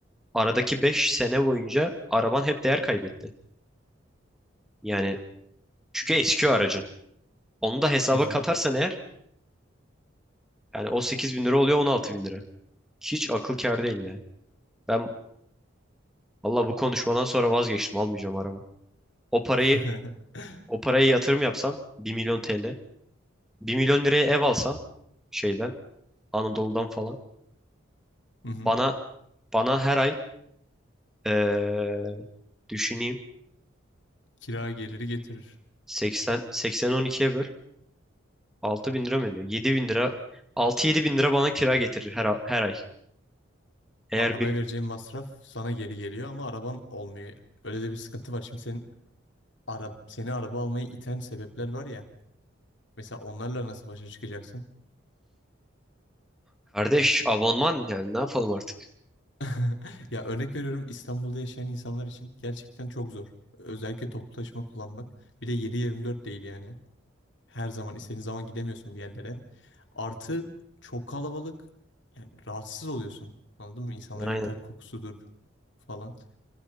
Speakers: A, in the centre; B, on the left.
A: Aradaki 5 sene boyunca araban hep değer kaybetti. Yani çünkü eski o aracın. Onu da hesaba
B: Hı hı.
A: katarsan eğer yani o 8 bin lira oluyor 16 bin lira. Hiç akıl kâr değil ya. Ben valla bu konuşmadan sonra vazgeçtim. Almayacağım araba. O parayı
B: <laughs>
A: o parayı yatırım yapsam bir milyon TL. bir milyon liraya ev alsam şeyden Anadolu'dan falan.
B: Hı hı.
A: Bana bana her ay eee, düşüneyim
B: Kira geliri getirir.
A: 80 80 12'ye böl. 6 bin lira mı ediyor? 7 bin lira 6-7 bin lira bana kira getirir her, a- her ay. Eğer
B: Arabaya
A: bir
B: vereceğin masraf sana geri geliyor ama araban olmuyor. Öyle de bir sıkıntı var. Şimdi senin ara, seni araba almaya iten sebepler var ya. Mesela onlarla nasıl başa çıkacaksın?
A: kardeş abonman yani ne yapalım artık?
B: <laughs> Ya örnek veriyorum İstanbul'da yaşayan insanlar için gerçekten çok zor. Özellikle toplu taşıma kullanmak. Bir de 7-24 değil yani. Her zaman istediğin zaman gidemiyorsun bir yerlere. Artı çok kalabalık. Yani rahatsız oluyorsun. Anladın mı? İnsanların
A: Aynen.
B: ter kokusudur falan.